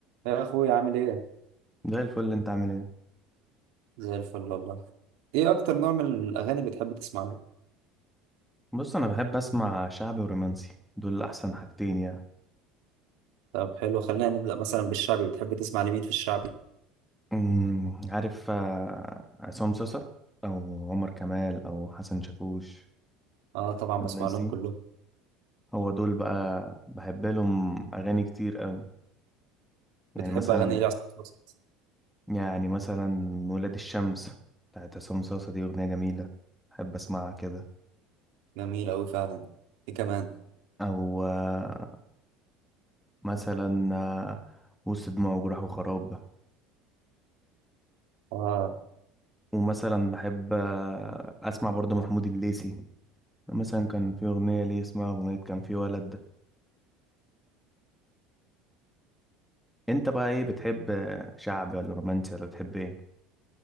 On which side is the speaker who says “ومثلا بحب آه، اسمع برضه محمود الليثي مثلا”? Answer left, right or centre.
Centre